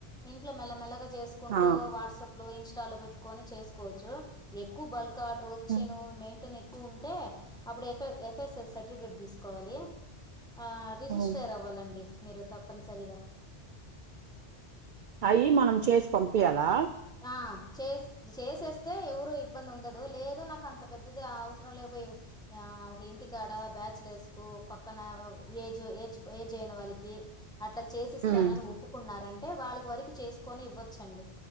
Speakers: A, in the centre; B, on the right.
A: ఇంట్లో మెల్లమెల్లగా చేసుకుంటూ
B: ఆ
A: వాట్సాప్ ఇన్స్టాల్ పెట్టుకని చేసుకోవచ్చు ఎక్కువ బల్క్ కార్డర్ వచ్చి
B: ఉమ్
A: నువ్వు మేన్ ప ఎక్కువ ఉంటే అప్పుడు ఎ ఎఫ్స్ఎస్ సర్టిఫికేట్ తీసు కోవాలి ఆ రిజిస్టర్య
B: ఉమ్.
A: అవ్వాలండి మీరు తప్పనిసరిగా
B: అయి మనం చేసి పంపయాలా
A: ఆ చే చేసేస్తే ఎవరు ఇబ్బంది ఉండదు లేదు నాకు అంత పెద్దది అవసరం లేకపో ఒక ఇంటికాడ బ్యాచలర్స్ కు పక్కన ఏజ్ ఏజ్ ఏజ్ అయిన వాళ్ళకి అట్లా చేసిస్తానని
B: ఉమ్,
A: ఒప్పుకున్నారండి అంటే వాళ్ళకి వరకి చేసుకొని ఇవ్వచ్చండి